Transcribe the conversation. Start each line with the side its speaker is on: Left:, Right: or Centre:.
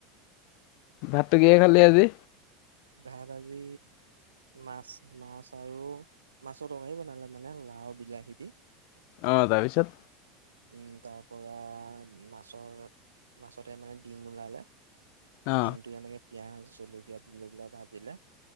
Left: ভাতটো কিহে খালি আজি
Right: ভাত আজি মাছ-মাছ আৰু মাছৰ তৰকাঢ়ি বনালে মানে লাও বিলাহী দি।
Left: অ তাৰপিছত
Right: উম, তাৰ পৰা মাছৰ-মাছতে মানে ডিম ওলালে।
Left: অ
Right: ডিমটো এনেকে পিয়াজ জল কিয়া দি ভাজিলে,